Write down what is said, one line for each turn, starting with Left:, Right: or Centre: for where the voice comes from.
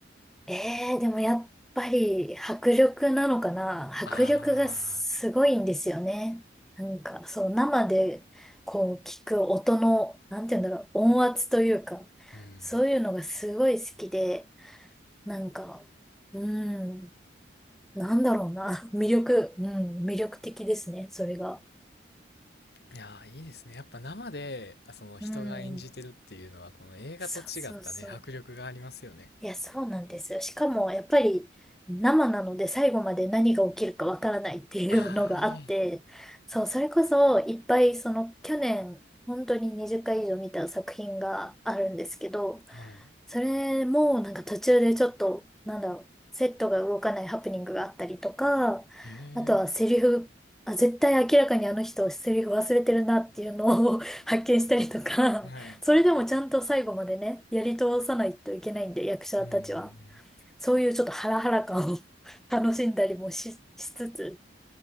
Centre: ええでもやっぱり迫力なのかな迫力がすごいんですよね。
Left: ああ
Centre: なんか、そう、生でこう聞く音の、なんて言うんだろう、音圧というか、
Left: ー、うん。
Centre: そういうのがすごい好きで、なんか、うん、なんだろうな、<laughs> 魅力、うん、魅力的ですね、それが。
Left: いやー、いいですね。やっぱ生で、あその人が演じてるっていうのは、
Centre: うん、
Left: この映画と違ったね、
Centre: そうそうそう。
Left: 迫力がありますよね。
Centre: いや、そうなんですよ。しかも、やっぱり生なので最後まで何が起きるかわからないっていうのがあって、
Left: あ
Centre: そう、それこそいっぱい、その去年、本当に20回以上見た作品があるんですけど、
Left: あ、はい。
Centre: それもなんか途中でちょっと、なんだろう、セットが動かないハプニングがあったりとか、
Left: へえ、
Centre: あとはセリフ、あ、絶対明らかにあの人セリフ忘れてるなっていうのを <laughs> 発見したりとか、
Left: はい。
Centre: それでもちゃんと最後までね、やり通さないといけないんで、役者たちは。
Left: うんうんうん。
Centre: そういうちょっとハラハラ感を <laughs> 楽しんだりもし、しつつ、